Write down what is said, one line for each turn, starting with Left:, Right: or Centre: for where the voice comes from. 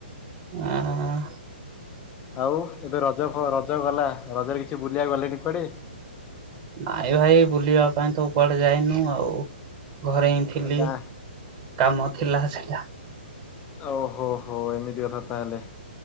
Right: ଆଁ ଆ
Left: ଆଉ ଏବେ ରଜ ପ ରଜ ଗଲା। ରଜରେ କିଛି ବୁଲିବାକୁ ଗଲେ କି କୁଆଡେ?
Right: ନାଇଁ ଭାଇ ବୁଲିବା ପାଇଁ ତ କୁଆଡେ ଯାଇନୁ ଆଉ? ଘରେ ହିଁ ଥିଲି,
Left: ଆଉ ଗାଁ
Right: କାମ ଥିଲା ସେଟା।
Left: ଓହୋ ହୋ ଏମିତି କଥା ତାହେଲେ।